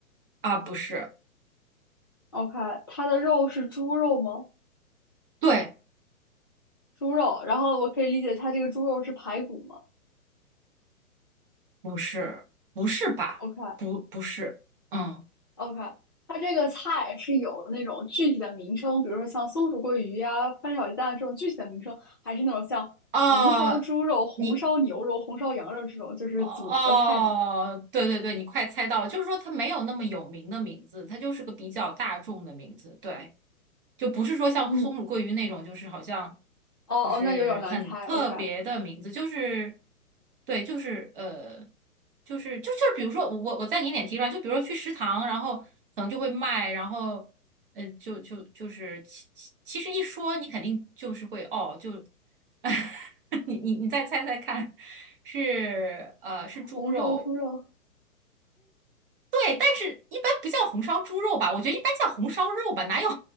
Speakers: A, on the right; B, on the left.
A: 啊，不是，
B: ？OK，它的肉是猪肉吗？
A: 对，
B: 猪肉，然后我可以理解它这个猪肉是排骨吗
A: 不是，不是吧？
B: ？OK
A: 不不是，嗯
B: OK，它这个菜是有那种具体的名称，比如说像松鼠桂鱼呀、翻炒鸡蛋这种具体的名称，还是那种像红烧猪肉、
A: 哦，
B: 红烧牛肉、
A: 你
B: 红烧羊肉这种就是组合菜呢？
A: 哦，对对对，你快猜到了，就是说它没有那么有名的名字，它就是个比较大众的名字。对，就不是说像松鼠桂鱼那种，
B: 嗯，
A: 就是好像
B: 哦哦，
A: 就是很特别的名字，
B: 那有点难猜。OK，
A: 就是对，就是呃，就是就就是比如说我我我再给你点提出来，就比如说去食堂，然后可能就会卖，然后呃，就就就是其其其实一说你肯定就是会哦，就 <laughs> 你你你再猜猜看，是呃是猪肉，
B: 红烧猪肉，
A: 对，但是一般不叫红烧猪肉吧？我觉得一般叫红烧肉吧，哪有